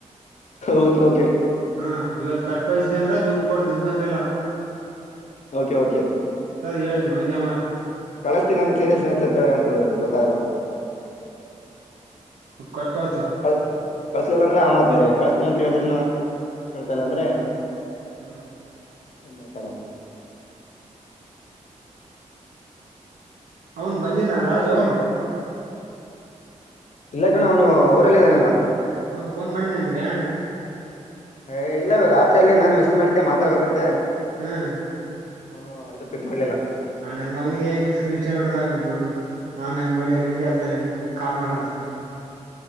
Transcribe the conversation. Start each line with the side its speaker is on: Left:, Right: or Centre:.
Left: ಓಕೆ ಓಕೆ
Right: ಹ್ಮ ಗಲತ್ ಕಟ್ಟ ಕಳ ಅಂದ್ರ ದುಡ್ಡು ಕೊಡತ ನಿನ್ಕಂದ್ರೆಲ್ಲ
Left: ಓಕೆ ಓಕೆ
Right: ಹೇಳೇನಿ ಒಂದೇ ಮಾತ್
Left: ಕಳಿಸ್ತೀನಿ ನಮ್ಮಗೆ ಸೀರಿಯಸ್ನೆಸ್ ಅಂತೇಳಿ ಹಳ್ತದೆಗೆ
Right: ಹ್ಮ್
Left: ಗೊತ್ತಾಗಲ್ಲ
Right: ಕಟ್ ಕಳ್ಸು
Left: ಕ ಕಳ್ಸಲಿಲ್ಲ ಅಂದ್ರೆ ಆಮತ್ ಬೇರೆ ಕ ಂತೇಳಿದ್ರನ್ನ ಕೇಳ್ತಾಲ್ಲ ಅಂದ್ರೆ
Right: ಹ್ಮ್
Left: ನಮ್ಮರ ಕಾಗಲ್
Right: ಅವನ್ ಬಂದಿ ನಾ ರಾಜು
Left: ಇಲ್ಲ ಕಣ ಅವನು ಊರಲ್ಲ ಇದಾನೆಲ್ಲಾ
Right: ಅವನ್ ಫೋನ್ ಮಾಡಿದ ನಿನ್ಗ
Left: ಏ ಇಲ್ಲ ಇವರು ರತ್ರಿ ಅಲ್ಲಿೇ ನಾನನ್ ಮೆಸೇಜ್ ಮಾಡಿದ್ದೆ ಮಾತಾಡ್ಬೇಕಂತೆ
Right: ಹ್ಮ್
Left: ಅವನು ಇ ಪಿಕ್ ಮಾಡ್ಲಿಲ್ಲ
Right: ಹ ನನ್ ಮಗನಿಗೆ ಏ ನೀ ಸ್ಕ್ರೀನ್ ಚೈ ನೋಡ್ದಾಗ ನಿನ್ ದೊಡ್ಡು ಆಮೇಲೆ ನೋಡಿ ನಿನ್ಗೆಸ್ತಾನೆ ಕಾಲ್ ಮಾಡಂತ